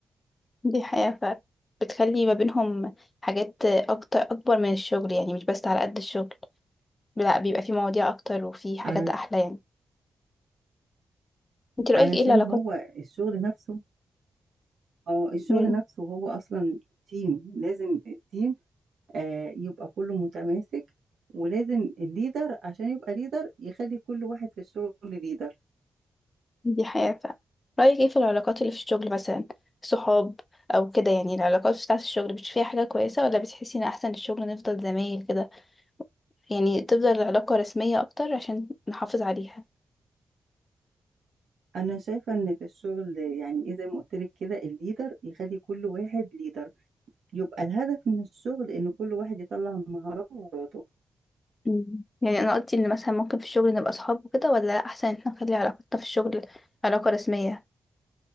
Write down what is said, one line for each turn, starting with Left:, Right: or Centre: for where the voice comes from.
Left: دي حقيقة فعلا بتخلي ما بينهم حاجات أكتر أكبر من الشغل يعني مش بس على قد الشغل لا بيبقى في مواضيع اكتر وفي حاجات
Right: على
Left: احلى يعني انت رأيك
Right: علشان
Left: ايه العلاقات
Right: هو الشغل نفسه اه الشغل
Left: مم،
Right: نفسه هو أصلا تيم لازم التيم آه، يبقى كله متماسك ولازم الليدر عشان يبقى ليدر يخلي كل واحد في الشغل ليدر
Left: دي حياة فعلا رأيك ايه في العلاقات اللي في الشغل مثلا صحاب او كده يعني العلاقات بتاعة الشغل بتشوفيها فيها حاجة كويسة ولا بتحسي ان احسن الشغل نفضل زمايل كده يعني تفضل العلاقة رسمية اكتر عشان نحافظ عليها
Right: انا شايفة ان في الشغل يعني ايه زي ما قلت لك كده الليدر يخلي كل واحد ليدر يبقى الهدف من الشغل ان كل واحد يطلع مهاراته وقدراته
Left: مم. يعني انا قلت ان مثلا ممكن في الشغل نبقى صحاب وكده ولا احسن ان احنا نخلي علاقتنا في الشغل علاقة رسمية